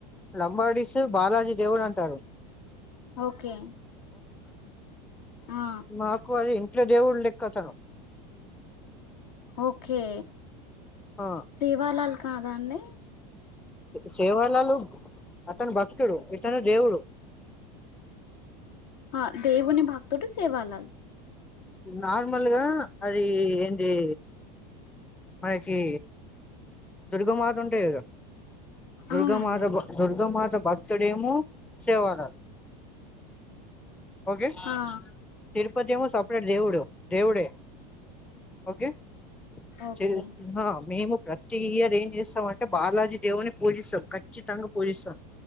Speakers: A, in the centre; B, on the left (about 75°).
A: లంబాడీస్ బాలాజీ దేవుడు అంటారు
B: ఓకే ఆ
A: మా అది ఇంట్లో దేవుడి లెక్క తను
B: ఓకే
A: ఆ
B: సేవాలాల్ కాదా అండి
A: సేవాలాల్ అతను భక్తుడు ఇతను దేవుడు
B: ఆ దేవుని భక్తుడు సేవాలాల్
A: నార్మల్గా అది ఏంది మనకి దుర్గమాత ఉంటాయి గా దుర్గ
B: అవునండి
A: మాత కు దుర్గ మాత భక్తుడేమో సేవలాల్ ఓకే
B: ఆ
A: తిరుపతి ఏమో సపరేట్ దేవుడు దేవుడే ఓకే
B: ఓకే
A: చిల్ హు హా మేము ప్రతి ఇయర్ ఏం చేస్తాం అంటే బాలాజీ దేవుడ్ని పూజిస్తాం ఖచ్చితంగా పూజిస్తాం